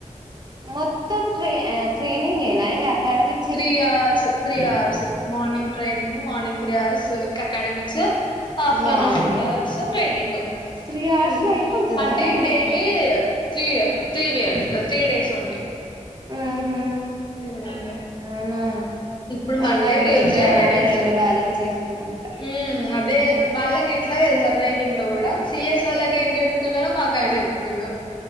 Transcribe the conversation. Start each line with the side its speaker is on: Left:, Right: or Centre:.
Right: మొత్తం ట్రే ఆ ట్రైనింగ్ ఏనా ఇంగ academy
Left: three hours three hours morning training morning three hours academics afternoon
Right: వామ్మో
Left: three అవర్స్ ట్రైనింగ్
Right: త్రీ అవర్స్
Left: ఉమ్
Right: లో అయిపోతదా
Left: అంటే
Right: మీకు
Left: daily three three periods the three days only
Right: ఉహు
Left: హ్మ్మ్
Right: అవునా
Left: ఇప్పుడు
Right: అయినా
Left: మండే
Right: గ్రేటే
Left: ట్యూస్డే
Right: అవన్నీ
Left: వెడ్నెస్డే
Right: రెండు బ్యాలెన్స్ చేస్తురంట
Left: ఉమ్ అదే వాళ్ళకి ఎట్లా తెలుసా ట్రైడింగ్ లో కూడా సిఎస్ వాళ్ళకి ఏం చెప్తున్నారో మాక్ అవి చెప్ తిన్న